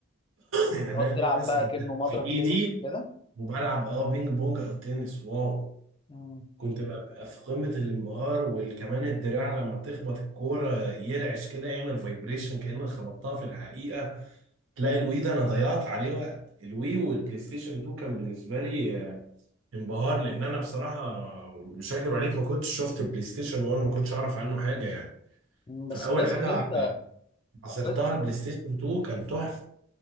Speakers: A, on the right (about 70°); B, on the left (about 25°).
A: يعني
B: تقعد
A: انا
B: تلعب
A: أنا ماسك
B: بقى
A: الدرع
B: كأنه مضرب
A: في ايدي
B: تنس كده
A: وبلعب اه بينج بونج او تنس واو
B: مم.
A: كنت ببقى في قمة الانبهار وكمان الدراع لما تخبط الكورة يرعش كده يعمل فايبريشن كأنك خبطتها في الحقيقة تلاقي الوي ده أنا ضيعت عليه وقت الوي والبلاي ستيشن 2 كان بالنسبة لي آه، انبهار لأن أنا بصراحة مش هكدب عليك ما كنتش شفت البلاي ستيشن 1 ما كنتش أعرف عنه حاجة يعني
B: مم، بس
A: فأول
B: كويس
A: حاجة
B: ان انت
A: عصرتها
B: كويس
A: البلاي ستيشن 2 كان تحفة